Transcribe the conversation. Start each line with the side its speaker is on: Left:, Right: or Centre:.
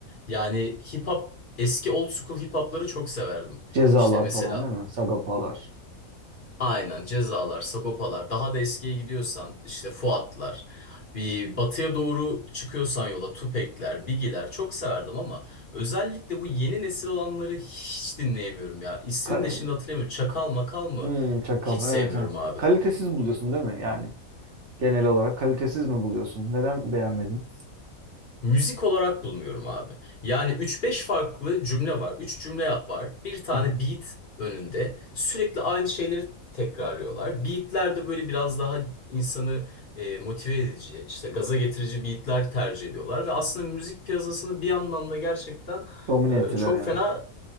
Left: Yani hip hop eski old school hip hopları çok severdim.
Right: Cezalar
Left: İşte mesela
Right: falan değil mi? Sagapalar.
Left: aynen Cezalar, Sagopalar daha da eskiye gidiyorsan işte Fuatlar. Bir batıya doğru çıkıyorsan yola Tupac'ler, Biggie'ler çok severdim ama özellikle bu yeni nesil olanları hiç dinleyemiyorum ya. İsmini
Right: Ka
Left: de şimdi hatırlamıyorum. Çakal
Right: k-
Left: makal mı?
Right: hmm, Çakal
Left: Hiç sevmiyorum
Right: evet evet.
Left: abi.
Right: Kalitesiz buluyorsun değil mi? Yani genel olarak kalitesiz mi buluyorsun? Neden beğenmedin?
Left: Müzik olarak bulmuyorum abi. Yani üç beş farklı cümle var. üç cümle var. Bir tane
Right: Hı hı.
Left: beat önünde. Sürekli aynı şeyleri tekrarlıyorlar. Beatler de böyle biraz daha insanı e, motive edici, işte gaza getirici beatler tercih ediyorlar. Ve aslında müzik piyasasını bir yandan da gerçekten
Right: Domine
Left: e,
Right: ettiler
Left: çok
Right: yani.
Left: fena